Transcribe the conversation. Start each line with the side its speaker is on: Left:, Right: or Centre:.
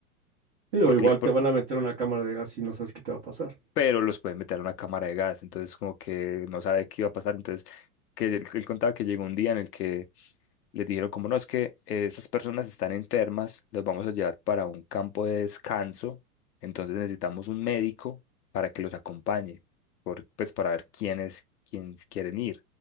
Right: Digo,
Left: porque
Right: igual
Left: le- por-
Right: te van a meter una cámara de gas y no sabes qué te va a pasar.
Left: pero los pueden meter a una cámara de gas, entonces como que no sabe qué iba a pasar, entonces que él él contaba que llegó un día en el que Les dijeron, como no, es que eh, estas personas están enfermas, los vamos a llevar para un campo de descanso, entonces necesitamos un médico para que los acompañe, por- pues para ver quiénes, quiénes quieren ir.